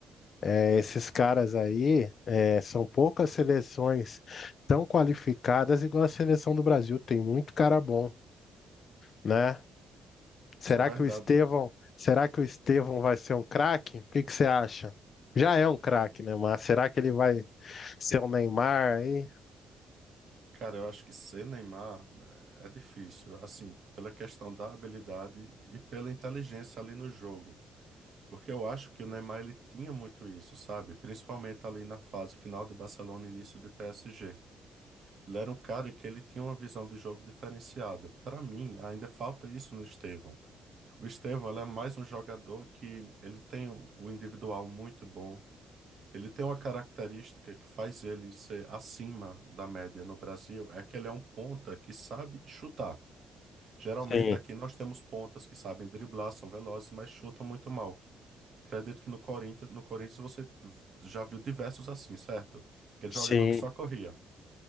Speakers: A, on the left; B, on the right.
A: eh, esses caras aí, eh, são poucas seleções tão qualificadas igual a seleção do Brasil. Tem muito cara bom, né? Será
B: Isso é verdade.
A: que o Estevão, será que o Estevão vai ser um craque? O que que você acha? Já é um craque, né? Mas será que ele vai ser o Neymar aí?
B: Cara, eu acho que ser Neymar eh, é difícil, assim, pela questão da habilidade e pela inteligência ali no jogo. Porque eu acho que o Neymar ele tinha muito isso, sabe? Principalmente ali na fase final do Barcelona, início de PSG. Ele era um cara que ele tinha uma visão de jogo diferenciada. Para mim, ainda falta isso no Estevão. O Estevão, ele é mais um jogador que ele tem o o individual muito bom. Ele tem uma característica que faz ele ser acima da média no Brasil, é que ele é um ponta que sabe chutar. Geralmente
A: Sim,
B: aqui nós temos pontas que sabem driblar, são velozes, mas chutam muito mal. Acredito que no Corinthians, no Corinthians você v- já viu diversos assim, certo? Aquele
A: sim.
B: jogador que só corria.